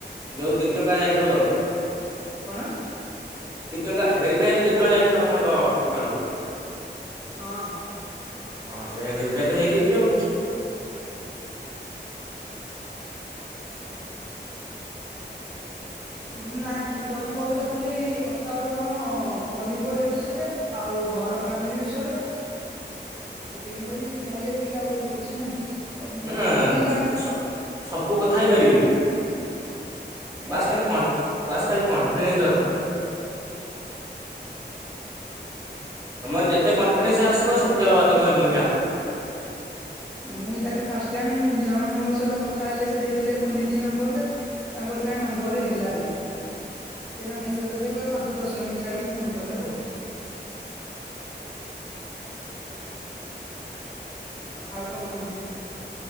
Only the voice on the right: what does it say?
ଯୋଉ ଦି ଟଙ୍କା ଯାଇଥିବ ତ।
ଦି ଟଙ୍କା ଭେରି ପାଇ ହେଲେ ଦିଟଙ୍କା ଯାଇଥିବ ଆପଣଙ୍କ ଆକାଉଣ୍ଟକୁ।
ହଁ ସେଇଅହିଁ ଭେରିପାଏ ତ ହେଇଯାଇଛି ଆଉ।
ନା ନା
ସବୁ କଥା ହେଇପାରିବେ
ବାସ ଖାଲି କ ବାସ୍ ଖାଲି କନଫିଡେନ୍ସ ଦରକାର। ତମର ଯେତେ କନଫିଡେନ୍ସ ଆସିବ ସେତେ ଅଧିକ ୟେର୍ଣିଂ ଟା ହବ।